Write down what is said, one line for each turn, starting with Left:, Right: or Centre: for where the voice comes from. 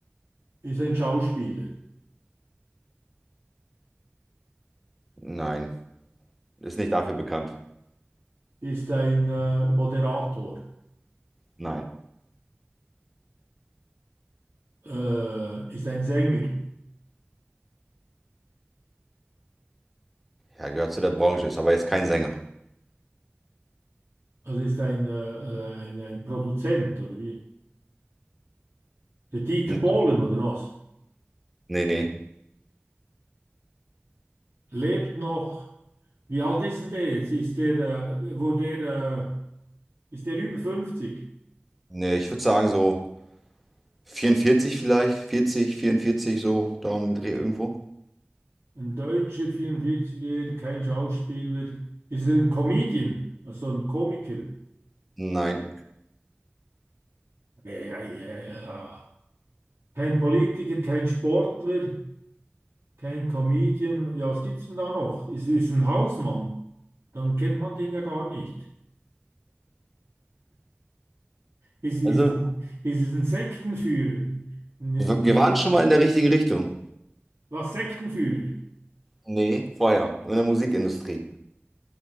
Right: ist ein Schauspieler,
Centre: nein. Ist nicht dafür bekannt.
Right: ist ein, äh, Moderator.
Centre: Nein.
Right: äh, ist ein Sänger,
Centre: Ja, gehört zu der Branche, ist aber jetzt kein Sänger.
Right: also ist ein, äh, ein, ein Produzent oder wie? Der Dieter
Centre: Nee,
Right: Bohlen oder was?
Centre: nee. Nee,
Right: Lebt noch. Wie alt ist denn der jetzt? Ist der, äh, wo der, äh, ist der über fünfzig
Centre: Nee, ich würde sagen so 44 vielleicht, 40, 44 so da um den Dreh irgendwo.
Right: Ein Deutscher, 44-Jähriger, kein Schauspieler. Ist er ein Comedian, also so ein Komiker?
Centre: Nein.
Right: Ja, ja, ja, ja. Kein Politiker, kein Sportler, kein Comedian. Ja, was gibt's denn da noch? Ist, ist ein Hausmann? Dann kennt man den ja gar nicht. Ist, ist,
Centre: Also,
Right: ist es ein Sektenführer? Ein,
Centre: Wir waren schon mal in der richtigen Richtung.
Right: was Sektenführer?
Centre: Ne? Vorher, in der Musikindustrie.